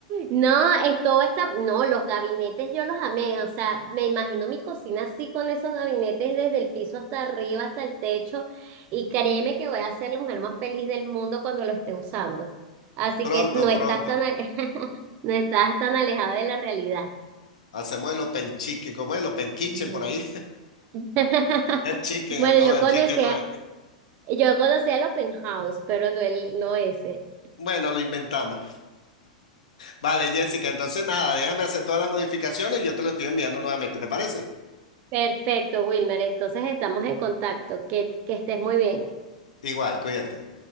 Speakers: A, on the right; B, on the left.
A: No, eh, todo está, no, los gabinetes yo los amé, o sea, me imagino mi cocina así con esos gabinetes desde el piso hasta arriba, hasta el techo, y créeme que voy a ser la mujer más feliz del mundo cuando lo esté usando. Así
B: Pronto,
A: que no
B: pronto.
A: estás tan, ale- <laughs> no estás tan alejada de la realidad.
B: Hacemos el open chicken, ¿cómo es el open kitchen
A: Ujú.
B: por ahí?
A: <laughs>
B: El chicken,
A: Bueno,
B: no,
A: yo
B: el
A: conocía,
B: chicken no es.
A: yo conocía el open house, pero no el, no ese.
B: Bueno, lo inventamos. Vale, Jessica, entonces nada, déjame hacer todas las modificaciones y yo te lo estoy enviando nuevamente, ¿te parece?
A: Perfecto, Wilmer. Entonces estamos en contacto. Que, que estés muy bien.
B: Igual, cuídate.